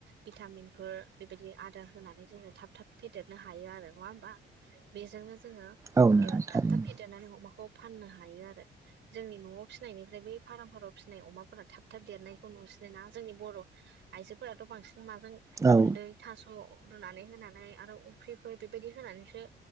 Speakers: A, on the right; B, on the right.
A: भिटामिनफोर बेबायदि आदार होनानै जोङो थाब थाब फेदेरनो हायो आरो नङा होमबा बेजोंनो जोङो
B: औ नोंथां थारैनो
A: थाब थाब फेदेरनानै अमाखौ फाननो हायो आरो जोंनि न'आव फिसिनायनिफ्राय बै फार्मफोराव फिसिनाय अमाफोरा थाब थाब देरनायखौ नुसिनो ना जोंनि बर' आइजोफोराथ' बांसिन माजों
B: औ
A: गुन्दै थास' रुनानै होनानै आरो अफ्रिफोर बेबायदि होनानैसो